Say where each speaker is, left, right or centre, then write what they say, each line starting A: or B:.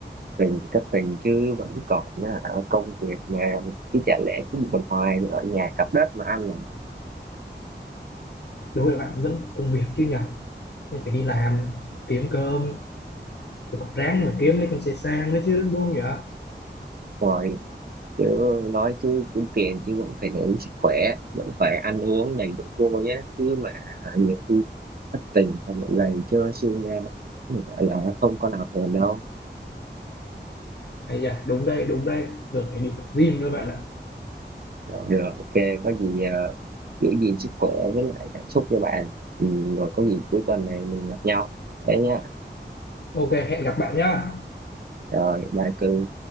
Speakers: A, on the right; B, on the left.
A: tình thì thất tình chứ vẫn còn à, công việc mà chứ chả lẽ cứ buồn hoài ở nhà cặp đất mà ăn
B: đối với bạn vẫn có công việc chứ nhở nên phải đi làm kiếm cơm rồi còn ráng mà kiếm lấy con xe sang nữa chứ đúng không nhỉ
A: rồi chứ nói chứ kiếm tiền chứ vẫn phải để ý sức khỏe vẫn phải ăn uống đầy đủ vô nhé chứ mà nhiều khi thất tình xong lại gầy trơ xương ra thì gọi là không có nào thèm đâu
B: Ây da, đúng đây, đúng đây, vừa phải đi tập gym nữa bạn ạ.
A: rồi, rồi ok có gì ờ, giữ gìn sức khỏe với lại cảm xúc cho bạn ừ, rồi có gì cuối tuần này mình gặp nhau thế nhá
B: Ok, hẹn gặp bạn nhá.
A: rồi bye cưng